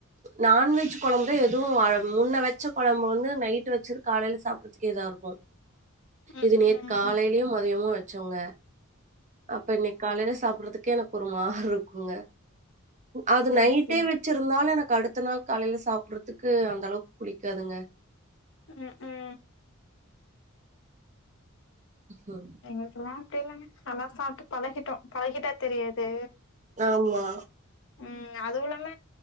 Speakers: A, on the right; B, on the left.
A: நான்வெஜ் குழம்புதா எதுவு முன்ன வச்ச குழம்ப வந்து நைட்டு வச்சிது காலையில சாப்பறதுக்குே இதா இருக்கு
B: ம்
A: இது நேத்து
B: ம்
A: காலையிலயு மதியமு வெச்சோங்க அப்ப இன்னைக்கு காலையில சாப்பிட்றதுக்கே எனக்கு ஒரு மார் இருக்குங்க அது
B: சேரி
A: நைட்டே
B: சேரி
A: வெச்சிருந்தாலு எனக்கு அடுத்த நாள் காலையில சாப்பிடுறதுக்கு அந்த அளவுக்கு பிடிக்காதுங்க
B: ம் ம்
A: உ ஹு
B: எங்ளுக்கெல்லா அப்டில்லங்க நல்லா சாப்ட்டு பழகிட்டோ பழகிட்டா தெரியாது
A: ஆம்மா
B: ம் அதுவுல்லாம